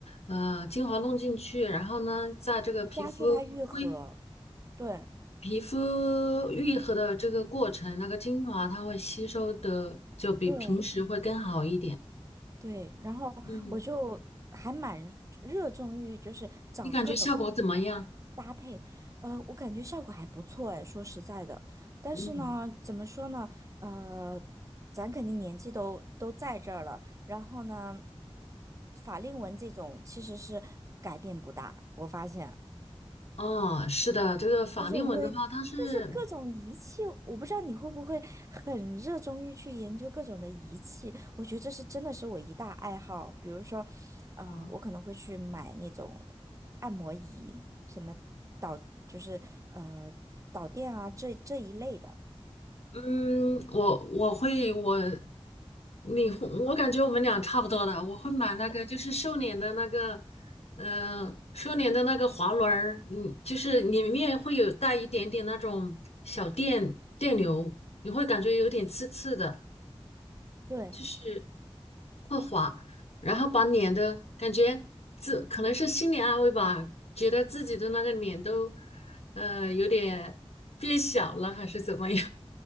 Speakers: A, on the left (about 80°); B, on the right (about 30°).
A: 呃精华弄进去，然后呢，在这个皮肤恢
B: 加速它愈合，对
A: 皮肤愈合的这个过程，那个精华它会吸收的就比平时会更好一点。
B: 对对，然后我就还蛮热衷于就是找各种
A: 嗯，你感觉效果怎么样？
B: 搭配，呃，我感觉效果还不错哎，说实在的，但是呢，
A: 嗯，
B: 怎么说呢，呃，咱肯定年纪都都在这儿了，然后呢，法令纹这种其实是改变不大，我发现。
A: 哦，是的，这个法令纹的话，
B: 但是我会就是各种仪器，
A: 它是。
B: 我不知道你会不会很热衷于去研究各种的仪器。我觉得这是真的是我一大爱好。比如说，呃，
A: 哦。
B: 我可能会去买那种按摩仪，什么导就是呃导电啊这这一类的。
A: 嗯，我我会我，你会我感觉我们俩差不多的，我会买那个就是瘦脸的那个，呃，瘦脸的那个滑轮儿，嗯，就是里面会有带一点点那种小电电流，你会感觉有点刺刺的，
B: 对，
A: 就是滑，然后把脸的感觉自可能是心理安慰吧，觉得自己的那个脸都，呃，有点变小了还是怎么样，